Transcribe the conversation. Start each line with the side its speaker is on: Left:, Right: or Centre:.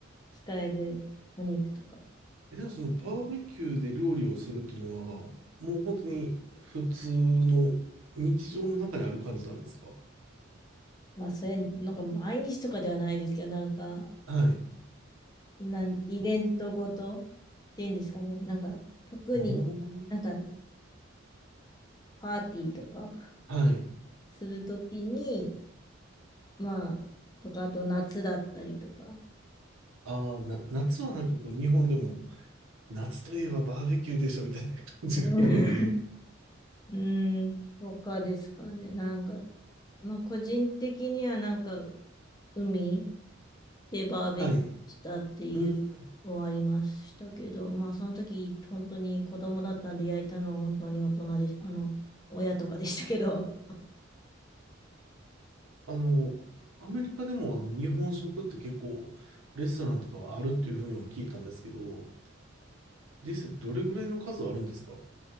Left: 使えるお肉とか。
Right: え、じゃあそのバーベキューで料理をするっていうのは、もう本当に普通の日常の中にある感じなんですか
Left: まあ、そりゃ、なんか毎日とかではないですけど、なんか、
Right: はい。
Left: なん、イベントごとっていうんですかね。なんか、特に
Right: おー。
Left: なんかパーティーとか
Right: はい。
Left: するときに、まあ、とか、あと夏だったりとか、
Right: ああ、な、夏はなんかこう日本でも、夏といえばバーベキューでしょみたいな感じがあるので、
Left: うんうーん、とかですかね。なんか、まあ、個人的にはなんか、海でバーベキューしたっていうのはありましたけど、
Right: はい。うん。
Left: まあ、その時、本当に子供だったんで焼いたのは本当に大人で、あの、親とかでしたけど、
Right: あの、アメリカでもあの日本食って結構レストランとかはあるっていうふうには聞いたんですけど、実際どれぐらいの数あるんですか